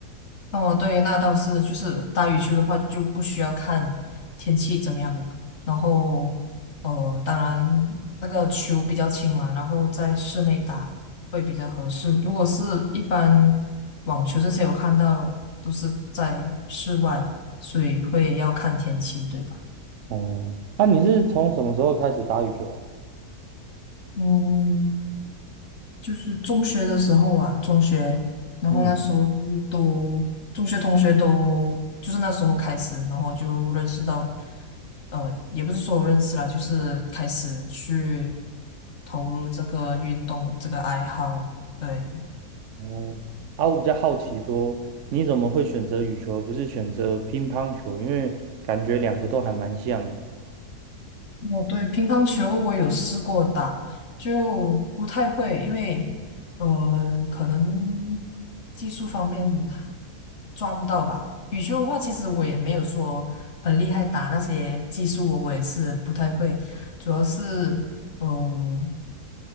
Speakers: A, on the left; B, on the right.
A: 哦，对，那倒是，就是打羽球的话就不需要看天气怎么样，然后呃，当然那个球比较轻嘛，然后在室内打会比较合适。如果是一般网球这些，我看到都是在室外，所以会要看天气，对吧？
B: 哦，那你是从什么时候开始打羽球啊？
A: 嗯，就是中学的时候啊，中学，然后那时候都中学同学都就是那时候开始，
B: 嗯，
A: 然后就认识到，呃，也不是说我认识了，就是开始去投入这个运动这个爱好，对，
B: 哦，啊，我比较好奇说，你怎么会选择羽球而不是选择乒乓球？因为感觉两个都还蛮像的。
A: 哦，对，乒乓球我有试过打，就不太会，因为呃，可能技术方面抓不到吧。羽球的话，其实我也没有说很厉害，打那些技术我也是不太会，主要是嗯、呃